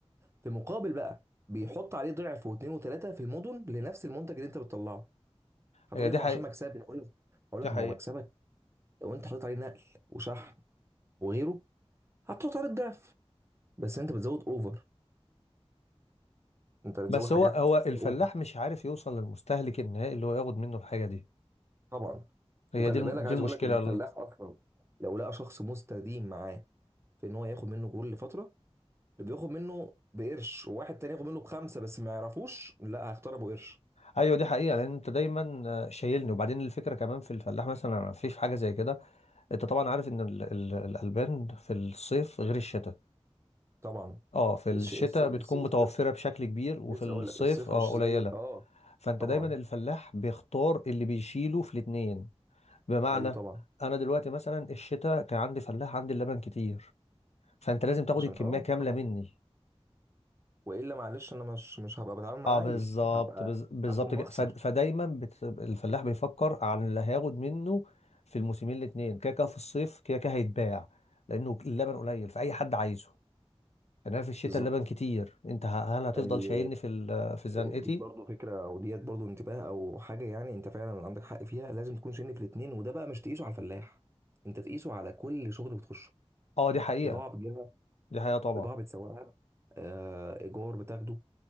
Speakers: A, on the right; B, on the left.
A: في مقابل بقى بيحط عليه ضعف واثنين وثلاثه في المدن لنفس المنتج اللي انت بتطلعه هتقول
B: هي
A: لي
B: دي
A: ما
B: حقيقه
A: هو عشان مكسبي هقول لك هقول
B: دي
A: لك
B: حقيقه
A: ما هو مكسبك لو انت حطيت عليه نقل وشحن وغيره هتحط عليه الضعف بس انت بتزود اوفر انت بتزود
B: بس
A: حاجات
B: هو هو الفلاح
A: اوفر
B: مش عارف يوصل للمستهلك النهائي اللي هو ياخد منه الحاجه دي
A: طبعا
B: هي
A: وخلي
B: دي الم-
A: بالك
B: دي
A: عايز
B: المشكله
A: اقول لك ان الفلاح اصلا لو لقى شخص مستديم معاه في ان هو ياخد منه جول لفتره اللي بياخد منه بقرش وواحد تاني ياخد منه بخمسه بس ما يعرفوش لا هيختار ابو قرش
B: ايوه دي حقيقه لان انت دايما آه، شايلني وبعدين الفكره كمان في الفلاح مثلا في في حاجه زي كده انت طبعا عارف ان ال- ال- الالبان في الصيف غير الشتاء
A: طبعا
B: اه في الشتاء
A: الش- الس- الس-
B: بتكون
A: الصيف
B: متوفره بشكل كبير وفي
A: لسه
B: الصيف
A: اقول لك الصيف
B: اه
A: مش
B: قليله
A: زي اه
B: فانت
A: طبعا
B: دايما الفلاح بيختار اللي بيشيله في الاتنين بمعنى
A: ايوه طبعا
B: انا دلوقتي مثلا الشتاء كان عندي فلاح عندي اللبن كتير فانت لازم تاخد
A: عشان
B: الكميه
A: اه
B: كامله
A: طبعا
B: مني
A: والا معلش انا مش مش هبقى بتعامل مع
B: اه بالظبط
A: عيل هبقى
B: بز- بالظبط
A: هكون بخسر
B: كده فد- فدايما بت... الفلاح بيفكر عن اللي هياخد منه في الموسمين الاثنين كده كده في الصيف كده كده هيتباع لانه اللبن قليل فاي حد عايزه انا في الشتاء
A: بالظبط
B: اللبن كتير انت ه- هل هتفضل
A: يعني
B: شايلني في ال... في زنقتي
A: ال- دي برضو فكره او ديت برضو انتباه او حاجه يعني انت فعلا عندك حق فيها لازم تكون شايف الاثنين وده بقى مش تقيسه على الفلاح انت تقيسه على كل شغل بتخشه
B: اه دي حقيقة
A: بضاعه بتجيبها
B: دي حقيقة طبعا
A: بضاعه بتسوقها آه، ايجار بتاخده